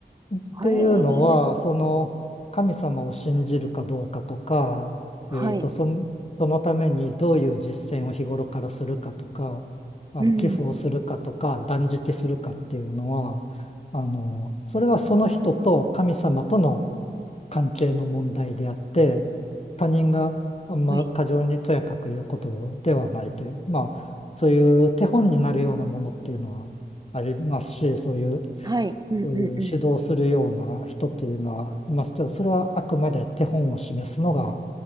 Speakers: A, on the left (about 35°); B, on the right (about 25°).
A: え、っていうのは、
B: へえ。
A: その神様を信じるかどうかとか、
B: はい。
A: えーと、その、そのためにどういう実践を日頃からするかとか、あの寄付をするかとか、
B: うん。
A: 断食するかっていうのは、あの、それはその人と神様との関係の問題であって、他人があんま過剰にとやかく言うことではないという、
B: おーはい。
A: まあ、そういう手本になるようなものっていうのはありますし、そういう、
B: はい。うんうんうん。
A: そういう指導するような人っていうのはいますけど、それはあくまで手本を示すのが